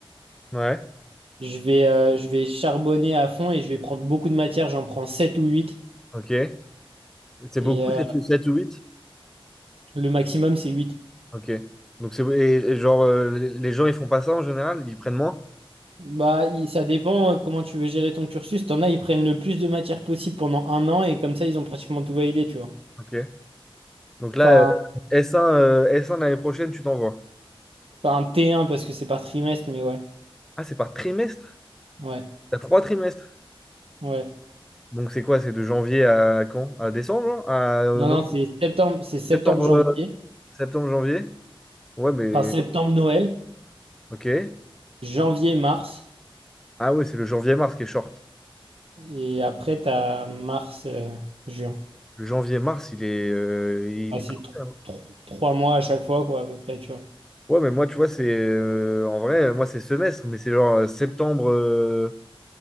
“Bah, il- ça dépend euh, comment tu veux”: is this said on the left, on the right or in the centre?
Right